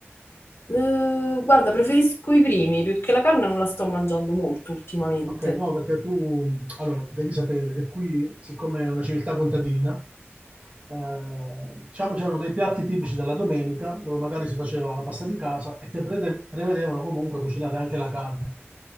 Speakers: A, on the left; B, on the right.
A: Eh, guarda, preferisco i primi, più che la carne non la sto mangiando molto ultimamente.
B: Ok, no, perché tu, allora, devi sapere che qui, siccome è una civiltà contadina, eh, diciamo c'erano dei piatti tipici della domenica, dove magari si faceva la pasta di casa e che prede- prevedevano comunque cucinare anche la carne.